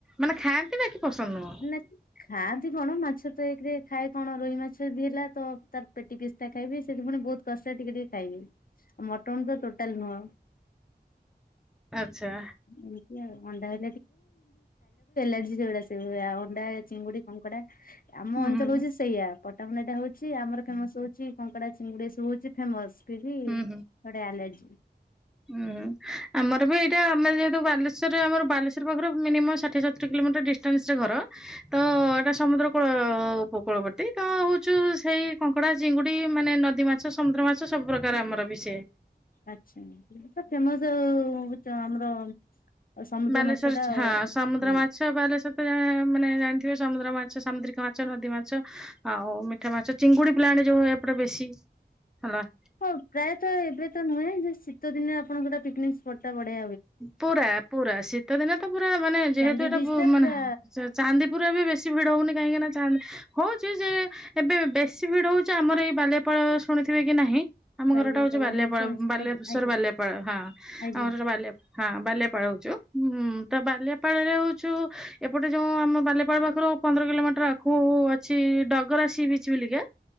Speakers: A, in the centre; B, on the left (about 55°).
A: ମାନେ ଖାଆନ୍ତି ବା କି ପସନ୍ଦ ନୁହଁ।
B: ନା ଖାଆନ୍ତି କଣ ମାଛ ତ ଏକରେ ଖାଏ କଣ ରୋହି ମାଛ ବି ହେଲା ତ ତାର ପେଟି ପ ଦେଖେଇବି ସେଠି ପୁଣି ବହୁତ କଷ୍ଟ ଟିକେ ଟିକେ ଖାଇବି ଆଉ ମଟନ୍ ତ ଟୋଟାଲ ନୁହଁ।
A: ଆଚ୍ଛା।
B: ଏମିତି ଆଉ ଅଣ୍ଡା। ନା ଆଉ ଅଣ୍ଡା ଚିଙ୍ଗୁଡି କଙ୍କଡା ଆମ
A: ହୁଁ
B: ଅଞ୍ଚଳ
A: ହୁଁ
B: ହଉଛି ସେଇଆା ପଟାମୁଣ୍ଡା ଟା ହଉଛି। ଆମର ଫେମସ ହଉଛି କଙ୍କଡା ଚିଙ୍ଗୁଡି ସବୁ ହଉଛି ଫେମସ ଫିର
A: ହୁଁ ହୁଁ।
B: ବି ଆଲର୍ଜି
A: ହୁଁ। ଆମର ବି ଏଇଟା ଆମର ଯେହେତୁ ବାଲେଶ୍ରରେ ଆମ ବାଲେଶ୍ୱର ପାଖରୁ ମିନିମମ୍ ଷାଠଏତର କିଲୋମିଟର ଡିଷ୍ଟାନ୍ସରେ ଘର। ତ ଏଇଟା ସମୁଦ୍ର କୂଳ ଉପକୂଳବର୍ତ୍ତୀ ତ ହଉଚୁ ସେଇ କଙ୍କଡା ଚିଙ୍ଗୁଡି ମାନେ ନଦୀ। ମାଛ ସମୁଦ୍ର ମାଛ ସବୁ ପ୍ରକାର ଆମର ବିଷୟ।
B: ଆଛା ଫେମସ ଗୁଚ ଆମର ସମୁଦ୍ର
A: ବାଲେସ୍ୱର
B: ମାଛ ଟା ଆଉ
A: ହଁ ସମୁଦ୍ର
B: ହୁଁ
A: ମାଛ ବାଲେଶ୍ଵର ମାନେ ଜାଣିଥିବେ ସମୁଦ୍ର ମାଛ ସାମୁଦ୍ରିକ ମାଛ ନଦୀ ମାଛ ଆଉ ମିଠା ମାଛ ଚିଙ୍ଗୁଡ଼ି ପ୍ଲାଣ୍ଟ ଯୋଉ ଏପଟା ବେଶୀ ହେଲା।
B: ହଁ ପ୍ରାୟତ ଏବେ ତ ନୁହେଁ ଯେ ଶୀତ ଦିନେ ଆପଣଙ୍କ ପିକନିକ ସ୍ପଟ୍ ଟା ବଢଆ
A: ପୁରା ପୁରା ଶୀତ ଦିନେ ତ ପୁରା ମାନେ ଯେହେତୁ
B: ଚାନ୍ଦି
A: ଏଟା
B: ବିଚ ଟା ପୁରା
A: ମାନେ ଚାନ୍ଦି ପୁରେ ବି ବେଶ ଭିଡ ହଉନି କାହିଁକି ନା ଚା ହଉଛି ଯେ ଏବେ ବେଶୀ ଭିଡ ହଉଛି ଆମର ଏଇ ବାଲାଇପାଳ ଶୁଣିଥିବେ କି ନାହିଁ? ଆମ
B: ବାଲିଆପାଳ
A: ଘର ଟା ହଉଛି ବାଲଆପାଳ
B: ହଁ ଶୁଣିଛି
A: ବାଲେଶ୍ଵର
B: ଆଜ୍ଞା ଆଜ୍ଞା
A: ବାଲଆପାଳ ହଁ ଆମ
B: ଆଜ୍ଞା
A: ଘରଟା ବାଲିଆ ହଁ ବାଲିଆପାଳ ହଉଛୁ ହୁଁ ତ ବାଲିଆପାଳ ରେ ହଉଛୁ ଏପଟେ ଯୋଉ ଆମ ବାଲିଆପାଳ ପାଖରୁ ପନ୍ଦର କିଲୋମିଟର ଆଗକୁ ଅଛି ଡଗରାସିି ବିଚ ବୋଲିକା